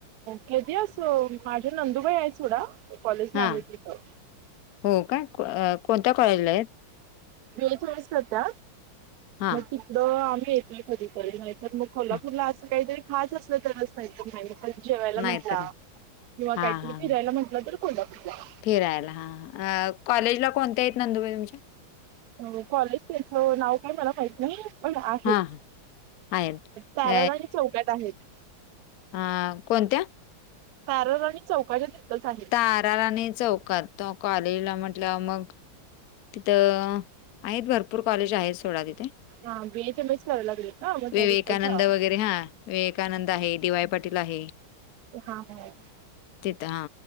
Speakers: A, on the right (about 75°); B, on the left (about 65°).
A: किती असो माझ्या नंदुबाई आहे स्वरा, कॉलेजला
B: हां.
A: आहे तिथं
B: हो का, <inaudible> कोणत्या कॉलेजला आहेत
A: रोज रोज करता
B: हां,
A: नक्की द आम्ही येतोय कधीतरी नाहीतर मग कोल्हापूरला
B: हां.
A: असं काहीतरी खास असलं तरच नाहीत मा जेवायला
B: नाहीतर
A: म्हटला
B: नाही.
A: किंवा
B: हां,
A: काहीतरी
B: हां,
A: फिरायला
B: हां.
A: म्हटलं तर कोल्हापूरला
B: फिरायला हा कॉलेजला कोणते आहेत नंदुबा तुमची
A: हो कॉलेज त्याचं नाव काय मला माहित नाहीय. पण आहेत
B: हां, हां. आहेत.
A: तारा
B: अ,
A: राणी चौकात आहेत.
B: हा कोणत्या?
A: ताराराणी चौकाच्या. तिथंच आहेत.
B: तारार आणि चौकात तो कॉलेजला म्हटलं मग तिथं, आहेत भरपूर कॉलेज आहेत सोडा तिथे.
A: हा बीएच एम एस करायला लागलेत ना मग त्या
B: विवेकानंद
A: तिथंच आहे.
B: वगैरे हा, विवेकानंद आहे देवाय पट तिला हे.
A: हां, हो.
B: तिथं हा